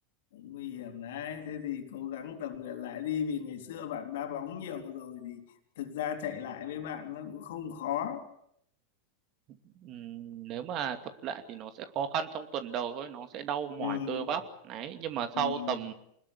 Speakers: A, on the left; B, on the right.
A: nguy hiểm đấy thế thì cố gắng tập luyện lại đi vì ngày xưa bạn đá bóng nhiều rồi thì thực ra chạy lại với bạn nó cũng không khó
B: Ừm, nếu mà tập lại thì nó sẽ khó khăn trong tuần đầu thôi nó sẽ đau mỏi
A: ừ,
B: cơ bắp đấy nhưng mà
A: ừ.
B: sau tầm